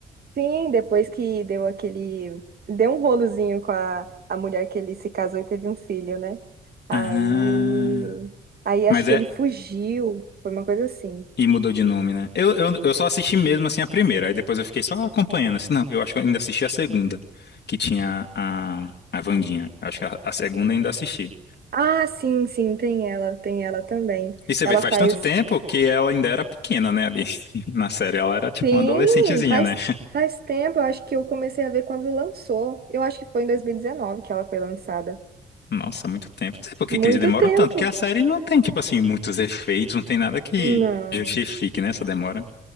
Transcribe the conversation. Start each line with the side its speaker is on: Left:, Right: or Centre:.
Right: Sim, depois que deu aquele. Deu um rolozinho com a, a mulher que ele se casou e teve um filho, né? Aí.
Left: Ah,
Right: Aí
Left: mas
Right: acho que
Left: é.
Right: ele fugiu. Foi uma coisa assim.
Left: E mudou de nome, né? Eu, eu, eu só assisti mesmo assim a primeira, aí depois eu fiquei só acompanhando. Assim, não, eu acho que eu ainda assisti a segunda, que tinha a, a Wandinha. Eu acho que a, a segunda eu ainda assisti.
Right: Ah, sim, sim, tem ela, tem ela também.
Left: E você
Right: Ela
Left: vê, faz
Right: faz.
Left: tanto tempo que ela ainda era pequena, né, ali <laughs> na série. Ela era tipo
Right: Sim,
Left: uma adolescentezinha,
Right: faz,
Left: né?
Right: faz tempo. Eu acho que eu comecei a ver quando lançou. Eu acho que foi em 2019 que ela foi lançada.
Left: Nossa, muito tempo. Não sei por que
Right: Muito
Left: que eles demoram
Right: tempo.
Left: tanto, porque a série não tem, tipo assim, muitos efeitos, não tem nada que
Right: Não.
Left: justifique, né, essa demora.